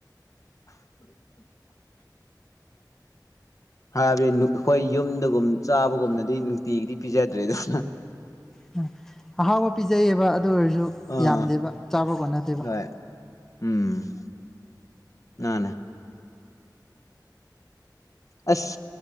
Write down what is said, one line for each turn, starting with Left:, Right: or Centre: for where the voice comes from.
Left: <unintelligible> ꯍꯥꯏꯕꯗꯤ ꯑꯩꯈꯣꯏ ꯌꯨꯝꯗꯒꯨꯝ ꯆꯥꯕꯒꯨꯝꯅꯗꯤ ꯅꯨꯡꯇꯤꯒꯤꯗꯤ ꯄꯤꯖꯗ꯭ꯔꯦꯗꯅ
Centre: <inaudible> ꯑꯍꯥꯎꯕ ꯄꯤꯖꯩꯌꯦꯕ ꯑꯗꯨ ꯑꯣꯏꯔꯁꯨ
Left: ꯑꯥ
Centre: ꯌꯥꯝꯗꯦꯕ ꯆꯥꯕ ꯀꯣꯟꯅꯗꯦꯕ
Left: ꯍꯣꯏ ꯎꯝ ꯃꯥꯅꯦ ꯑꯁ